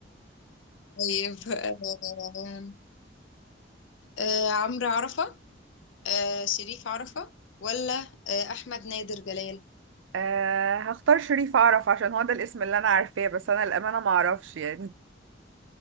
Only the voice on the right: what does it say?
أه هختار شريف اعرف عشان هو ده الاسم اللي انا عارفاه بس انا الامانه ما اعرفش يعني